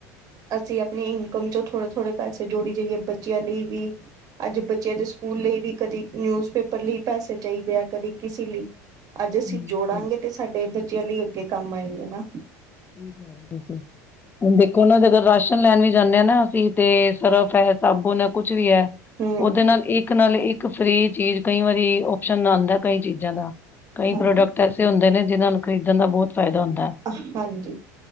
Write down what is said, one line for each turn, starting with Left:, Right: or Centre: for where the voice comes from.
Right: ਅਸੀਂ ਆਪਣੀ ਇਨਕਮ 'ਚੋਂ ਥੋੜੇ -ਥੋੜੇ ਪੈਸੇ ਜੋੜੀ ਜਾਈਏ ਬੱਚਿਆਂ ਲਈ ਵੀ ਅੱਜ ਬੱਚਿਆਂ ਦੇ ਸਕੂਲ ਲਈ ਵੀ, ਕਦੇ ਨਿਊਜ਼ ਪੇਪਰ ਲਈ ਪੈਸੇ ਚਾਹੀਦੇ ਆ ਕਦੇ ਕਿਸੀ ਲੀ ਅੱਜ ਅਸੀ
Left: ਹਾਂਜੀ
Right: ਜੋੜਾਂਗੇ
Left: ਸਹੀ ਸਹੀ
Right: ਤੇ ਸਾਡੇ ਬੱਚਿਆਂ ਲਈ ਅੱਗੇ ਕੰਮ ਆਏਂਗੇ ਨਾ
Left: ਠੀਕ ਐ ਤੁਸੀ ਹੁਣ ਦੇਖੋ ਨਾ ਜਦੋ ਰਾਸ਼ਨ ਲੈਣ ਵੀ ਜਾਂਣੇ ਆਂ ਨਾ ਅਸੀ, ਤੇ ਸਰਫ ਹੈ, ਸਾਬੁਣ ਹੈ ਕੁਛ ਵੀ ਐ
Right: ਹਮ
Left: ਉਹਦੇ ਨਾਲ ਇੱਕ ਨਾਲ ਇੱਕ ਫਰੀ, ਚੀਜ਼ ਕਈ ਵਾਰੀ ਓਪਸ਼ਨ ਆਂਦਾ ਕਈ ਚੀਜ਼ਾਂ ਦਾ ਕਈ
Right: ਹਾਂਜੀ
Left: ਪ੍ਰੋਡਕਟ ਐਸੇ ਹੁੰਦੇ ਨੇ ਜਿਨਾਂ ਨੂੰ ਖ਼ਰੀਦਣ ਦਾ ਬਹੁਤ ਫੈਦਾ ਹੁੰਦਾ
Right: ਅਹ ਹਾਂਜੀ